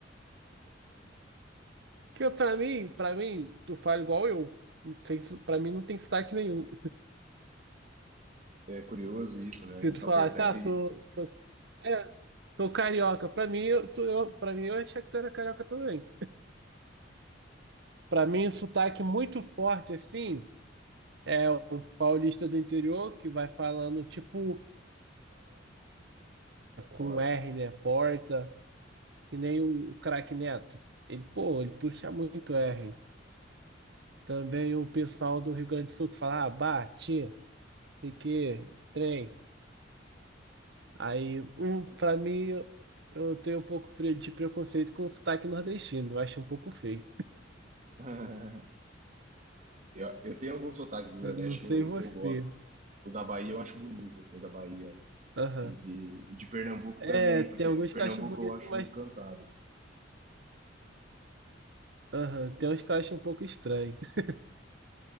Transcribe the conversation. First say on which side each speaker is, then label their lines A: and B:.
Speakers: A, on the right; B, on the right.
A: Porque pra mim, pra mim, tu fala igual eu. Não tem, su- pra mim não tem sotaque nenhum.
B: É curioso isso, né? A
A: Se
B: gente
A: tu
B: só
A: falasse,
B: percebe
A: ah, sou, sou, é, sou carioca, pra mim, eu, tu, eu, pra mim eu achei que tu era carioca também. Pra mim, o sotaque muito forte, assim, é o paulista do interior que vai falando, tipo, com
B: porta.
A: R, né? Porta. Que nem o, o craque Neto. Ele, pô, ele puxa muito R. Também o pessoal do Rio Grande do Sul que fala, ah, bate, sei que, trem. Aí, um, pra mim, eu eu tenho um pouco pre- de preconceito com o sotaque nordestino. Eu acho um pouco feio.
B: <laughs> Eu, eu tenho alguns sotaques do Nordeste
A: Eu não
B: que
A: sei
B: eu,
A: você.
B: que eu gosto. O da Bahia eu acho bonito, assim, o da Bahia.
A: Aham.
B: E de, e de Pernambuco
A: É,
B: também,
A: tem
B: porque
A: alguns
B: Pernambuco
A: que eu acho bonito,
B: eu acho
A: mas
B: muito cantado.
A: aham, Tem uns que eu acho um pouco estranho. <laughs>